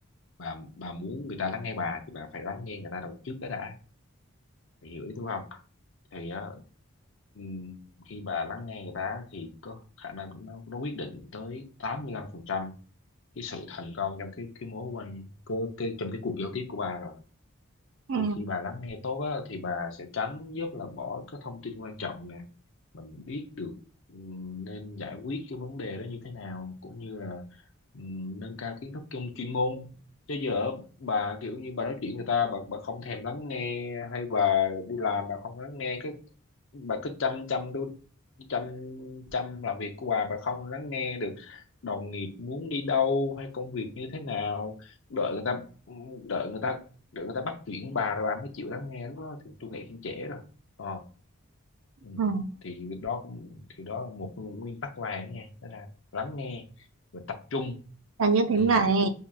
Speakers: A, on the left; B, on the right.
A: bà bà muốn người ta lắng nghe bà thì bà phải lắng nghe người ta đầu trước cái đã Bà hiểu ý tôi không thì á, ừm, khi bà lắng nghe người ta á, thì có khả năng nó, nó quyết định tới 85% cái sự thành công trong cái cái mối quan cơ cái trong cái cuộc giao tiếp của bà rồi
B: ừ.
A: thì khi bà lắng nghe tốt á, thì bà sẽ tránh giúp là bỏ các thông tin quan trọng mình biết được ừ, nên giải quyết cái vấn đề đó như thế nào cũng như là ừ, nâng cao kiến thức trong chuyên môn chứ giờ bà kiểu như bà nói chuyện người ta bà bà không thèm lắng nghe hay bà đi làm bà không lắng nghe cái bà cứ chăm chăm đu chăm chăm làm việc của bà bà không lắng nghe được đồng nghiệp muốn đi đâu hay công việc như thế nào đợi người ta đợi người ta đợi người ta bắt chuyện bà rồi bà mới chịu lắng nghe lúc đó thì tôi nghĩ cũng trễ rồi Ờ ừ.
B: Ừ.
A: thì đó cũng thì đó là một nguyên tắc vàng đó nha đó là lắng nghe và tập trung
B: là như thế
A: ừ.
B: này